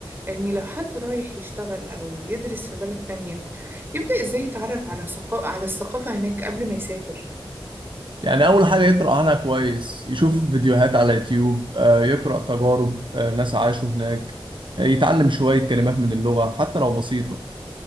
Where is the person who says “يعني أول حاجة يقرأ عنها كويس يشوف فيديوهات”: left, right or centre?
Right